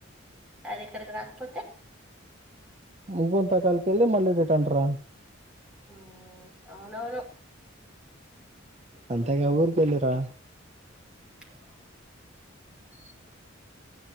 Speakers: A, in the centre; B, on the right.
A: అది ఇక్కడికి రాకపోతే
B: ముగంతా కాల కెళ్ళి మళ్లీ రిటర్న్ రా
A: మ్మ్ అవునవును
B: అంత ఇగ ఊరికి వెళ్లిరా
A: అ